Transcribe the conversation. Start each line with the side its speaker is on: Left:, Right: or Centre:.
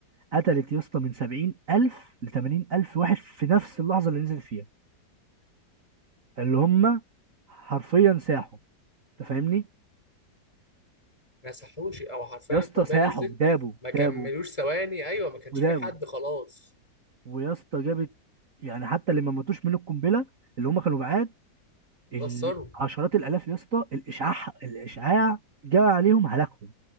Right: قتلت يا اسطى من 70 ألف ل 80 ألف واحد في نفس اللحظة اللي نزلت فيها اللي هم حرفيا ساحوا انت فاهمني
Left: مسحوش او حرفيا
Right: يا اسطى
Left: القنبله
Right: ساحوا
Left: نزلت
Right: دابوا
Left: ما كملوش
Right: دابوا
Left: ثواني ايوه ما كانش
Right: ودابوا
Left: في حد خلاص
Right: ويا اسطى جابت يعني حتى اللي ما ماتوش من القنبلة اللي هم كانوا بعاد
Left: اتأثروا
Right: ال- عشرات الالاف يا اسطى الاشعاع الاشعاع جاء عليهم هلاكهم